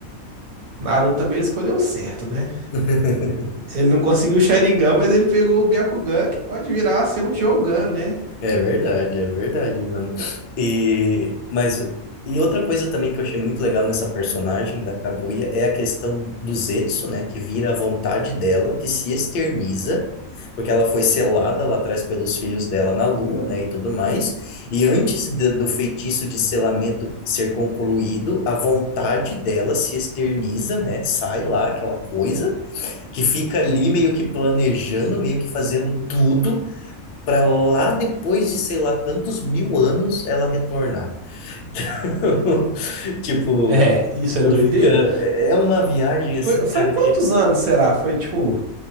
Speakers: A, on the right (about 80°); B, on the left (about 60°).
A: Naruto também ele escolheu certo, né?
B: <laughs>
A: Ele não conseguiu o Sharingan, mas ele pegou o Byakugan, que pode virar a ser um Jougan, né?
B: É verdade, é verdade, mano. E, mas, e outra coisa também que eu achei muito legal nessa personagem da Kaguya é a questão do Zetsu, né? Que vira a vontade dela, que se externiza, porque ela foi selada lá atrás pelos filhos dela na lua, né? E tudo mais. E antes de- do feitiço de selamento ser concluído, a vontade dela se externiza, né? Sai lá aquela coisa que fica ali meio que planejando, meio que fazendo tudo para lá depois de, sei lá, tantos mil anos ela retornar. <laughs> Tipo,
A: É, isso é
B: tu
A: doideira.
B: fica. É é uma viagem assim,
A: Foi, foi
B: cara,
A: quantos
B: que.
A: anos será? Foi tipo.